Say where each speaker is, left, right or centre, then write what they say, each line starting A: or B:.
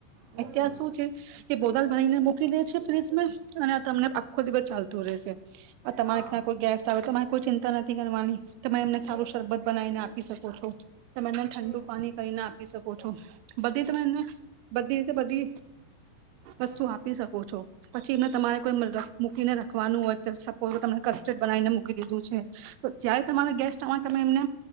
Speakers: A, on the right (about 65°); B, on the right (about 85°).
A: હમ
B: અત્યારેં શું છે કે બોદલ ભણીને મુ મકી દે છે ફ્રીજ અને તમને આખો દિવસ ચાલતું રહેશે આ તમારે
A: હા
B: ક્યાં કોઈ ગેસ્ટ આવે તોરે કોઈ ચિંતા નથી કરવાની તમે એમને
A: હમ
B: સારું શરબત બનાવીને આપી શકો છો તમે એમને ઠંડુ
A: હમ
B: પાણી કરીને આપી શકો છો બધી ને બધી તો બધી વસ્તુ
A: હમ
B: આપી શકો છો? પછી એમને તમારે કોઈ મૂકીને રાખવાનું હોય. કોઈ તો તને કસ્ટર્ડ બનાવીને મૂકી દીધું છે. તો જ્યારે તમારા ગેસ્ટ આમાં તમે એમને